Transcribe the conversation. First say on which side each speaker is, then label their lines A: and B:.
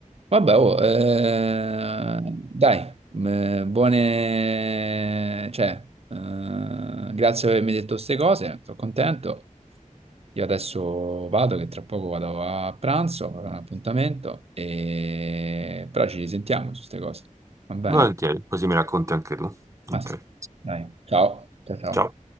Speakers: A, on the right; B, on the right.
A: Vabbè, oh, eh, dai, eh, buone... cioè, eh, grazie per avermi detto queste cose, sono contento. Io adesso vado, che tra poco vado a pranzo, avrò un appuntamento, e... però ci risentiamo su queste cose. Va bene?
B: Volentieri, così mi racconti anche tu.
A: Massimo,
B: Ok.
A: dai, ciao. Ciao, ciao.
B: Ciao.